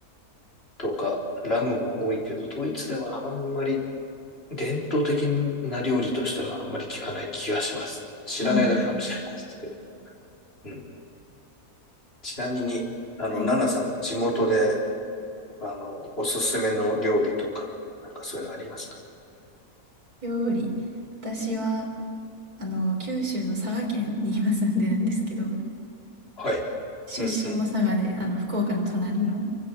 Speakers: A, on the left; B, on the right.
A: とかラムも多いけど、ドイツではあんまり伝統的な料理としてはあんまり聞かない気がします。知らないだけかもしれないですけど。
B: ああ、
A: うん。ちなみに、あの、
B: はい。
A: ナナさんの地元で、あの、おすすめの料理とか、なんかそういうのありました
B: 料理。私は、あの、九州の佐賀県に今住んでるんですけど、
A: はい。
B: 出身も佐賀で、
A: うん、うん。
B: あの、福岡の隣の